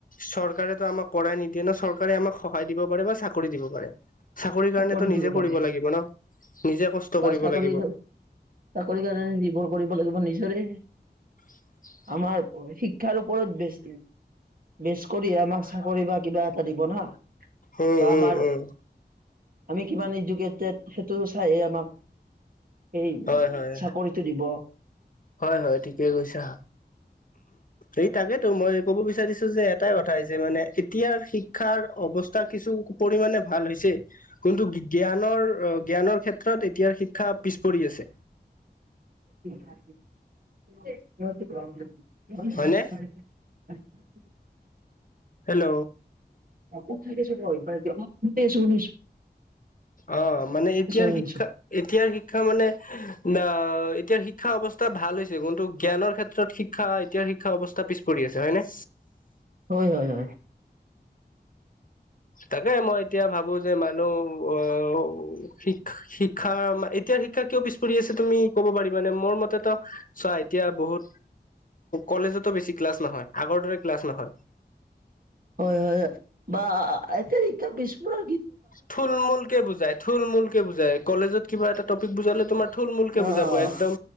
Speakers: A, on the left; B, on the right.
A: চৰ কাৰেতো আমাক পৰাই নিদিয়ে ন, চৰকাৰে আমাক সহায় দিব পাৰে বা চাকৰি দিব পাৰে। চাকৰিৰ কাৰণেতো
B: কৰি দিব
A: নিজে
B: পাৰে
A: পঢ়িব লাগিব ন, নিজে কষ্ট
B: বা
A: কৰিব
B: চাকৰি
A: লাগিব।
B: চাকৰি কাৰণে যিবোৰ কৰিব লাগিব নিজৰে।
A: <inaudible>
B: আমাৰ শিক্ষাৰ ওপৰত বেছ বেছ কৰি আমাক চাকৰি বা কিবা দিব নাহ,
A: উম
B: বা
A: উম
B: আমাৰ
A: উম
B: আমি কিমান এডুকেটেড সেইটো চাইহে আমাক এই
A: হয় হয়
B: চাকৰিটো দিব।
A: হয় হয় ঠিকে কৈছা। এই তাকে টো মই ক'ব বিচাৰিছো যে এটাই কথা যে মানে এতিয়াৰ শিক্ষাৰ অৱস্থা কিছু পৰিমানে ভাল হৈছে কিন্তু জ্ঞানৰ জ্ঞানৰ ক্ষেত্ৰত এতিয়াৰ শিক্ষা পিছ পৰি আছে।
B: <unintelligible>
A: হয়নে হেল্ল'।
B: <inaudible> শুনিছো
A: অ', মানে এতিয়াৰ
B: শুনিছো
A: শিক্ষা, এতিয়াৰ শি শিক্ষা মানে, ন', এতিয়া শিক্ষা অৱস্থা ভাল হৈছে। কিন্তু জ্ঞানৰ ক্ষেত্ৰত শিক্ষা এতিয়াৰ শিক্ষা অৱস্থা পিছ পৰি আছে হয়নে?
B: হয়-হয়-হয়।
A: তাকে মই এতিয়া ভা বো যে মানুহ, অ', শিক্ষা, এতিয়া শিক্ষা কিয় পিছ পৰি আছে তুমি ক'ব পাৰি নে? মোৰ মতেতো চোৱা এতিয়া বহুত কলেজতো বেছি ক্লাছ নহয় আগৰ দৰে ক্লাছ নহয়।
B: হয়-হয় বা এতিয়া শিক্ষা পিছ পৰা
A: থুল মুল কে বুজাই, থুল মূল কে বুজাই। কলেজত কিবা এটা টপিক বুজালে তোমাৰ থুলমূলকে
B: আহ
A: বুজাব একদম,